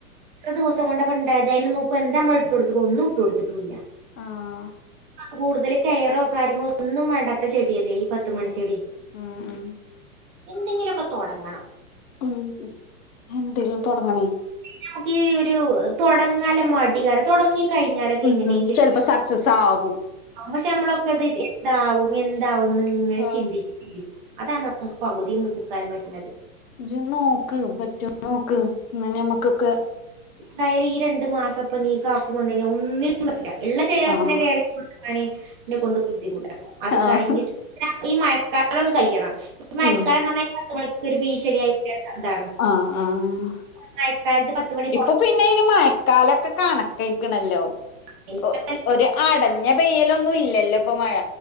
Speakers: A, on the right; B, on the left.
A: ഇത്ര ദിവസം കൊണ്ടൊക്കെണ്ടായത് അയ്നൊന്നും പ്പ എന്താ നമ്മള് ഇട്ടൊട്ത്ത്ക്കു ഒന്നും ഇട്ടൊട്ത്ത്ട്ടൂല്ല്യ.
B: ആഹ്
A: കൂടുതൽ കെയറോ കാര്യങ്ങളോ ഒന്നും വേണ്ടാത്ത ചെട്യല്ലേ ഈ പ ത്ത് മണിച്ചെടി
B: ഉം ഉം ഉം
A: എന്തെങ്കിലൊക്കെ തൊടങ്ങണം.
B: ഉം എന്തേലും തൊടങ്ങണേയ്
A: നമക്ക് ഈ ഒരു തൊടങ്ങല മടി കാര തൊടങ്ങി കയിഞ്ഞാലൊക്കെ
B: ഉം
A: എങ്ങനേങ്കിലും
B: ചെലപ്പോ സക്സസ് ആവും
A: പക്ഷെ നമ്മളൊക്കെത് താവും എന്താവുംന്ന്ങ്ങനെ
B: ആഹ്
A: ചിന്തി ഇരിക്കും അതാണ് നമുക്ക് പകുതിം മുക്കാലും പറ്റ്ണത്.
B: ഇജ് നോക്ക് പറ്റോ നോക്ക്? ന്നാ ഞമ്മക്കൊക്കെ
A: എന്തായാലും ഈ രണ്ട് മാസപ്പൊനി കാക്കു വന്നെയ്ഞ്ഞ ഒന്നിനും പറ്റില്ല ഇള്ള ചെടികളൊക്കെന്നെ
B: ആഹ്
A: കെയറിങ്ങ് കൊട്ക്കാന് ഇന്നെ കൊണ്ട് ബുദ്ധിമുട്ടാക്കും അത്
B: ആഹ്
A: കയിഞ്ഞിട്ട് ഈ മഴക്കാലൊന്ന് കയ്യണം ഈ മഴക്കാലംന്ന്
B: ഉം
A: ർഞ്ഞാ പത്ത് മണിക്ക് ഒര് ഭീഷണിയായിട്ട്ള്ള താണ്.
B: ആഹ് ആഹ്
A: മയക്കാലത്ത് പത്ത് മണി പോ
B: ഇപ്പൊ പിന്നെ ഇനി മഴക്കാലൊക്കെ കണക്കയ്ക്ക്ണല്ലോ
A: പുറത്തന്നെ
B: ഒഹ് ഒര് അടഞ്ഞ പെയ്യലൊന്നുല്ലല്ലൊ പ്പ മഴ.